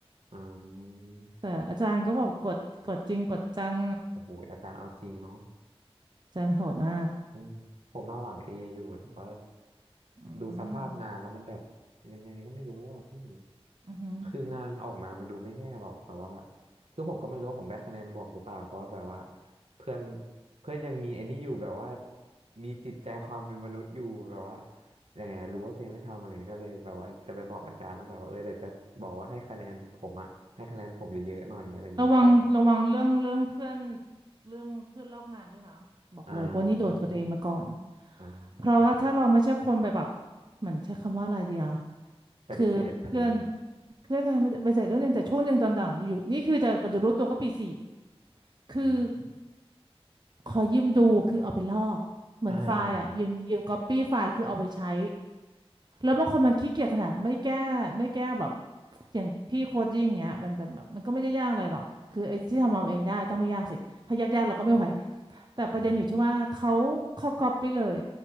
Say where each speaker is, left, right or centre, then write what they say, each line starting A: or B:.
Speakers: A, on the right; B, on the right.
A: อ่า
B: แต่อาจารย์ก็บอกกดกดจริงกดจัง
A: โอ้โหอาจารย์เอาจริงเนาะ
B: อาจารย์โหดมาก
A: อืมผมมาหวังเออยู่แต่ว่า
B: อื
A: ดูสภาพงานแล้วมันแบบ
B: ม
A: ยังไงก็ไม่รู้อ่ะพี่
B: อือหือ
A: คืองานออกมามันดูไม่แย่หรอกแต่ว่าคือผมก็ไม่รู้ว่าผมได้คะแนนบวกหรือเปล่าเพราะว่าแบบว่าเพื่อนเพื่อนยังมีไอ้นี่อยู่แบบว่ามีจิตใจความเป็นมนุษย์อยู่แบบว่ายังไงรู้ว่าตัวเองไม่ทำอะไรก็เลยแบบว่าจะไปบอกอาจารย์แล้วแบบว่าเออเดี๋ยวจะบอกว่าให้คะแนนผมอะให้คะแนนผมเยอะๆหน่อยอะไรเงี้ยเพราะว่า
B: ระวังระวังเรื่องเรื่องเพื่อนเรื่องเพื่อนรอบงานด้วยนะบอกเลยเพราะนี่โดนกับตัวเองมาก่อน
A: อ่าอืม
B: เพราะว่าถ้าเราไม่ใช่คนไปแบบเหมือนใช้คำว่าอะไรเดียว
A: ปฏิเสธอะไรอย่างงี้เนาะ
B: คือเพื่อนเพื่อนอะไรไม่ไปเสร็จเรื่องหนึงแต่ช่วงหนึ่งตอนหลังอยู่นี่คือจะก็จะรู้ตัวก็ปีสี่คือ
A: อืม
B: ขอยืมดูคือเอาไปลอกเหมือนไฟล์อะยืมยืมก๊อปปี้ไฟล์คือเอาไปใช้
A: อ่าอ่า
B: แล้วบางคนมันขี้เกียจขนาดไม่แก้ไม่แก้แบบอย่างพี่โคดยิ่งงเงี้ยมันเป็นแบบมันก็ไม่ได้ยากอะไรหรอกคือไอ้ที่ทำเอาเองได้ต้องไม่ยากสิถ้ายากๆเราก็ไม่ไหวแต่ประเด็นอยู่ที่ว่าเขาเขาก๊อปไปเลย
A: อืม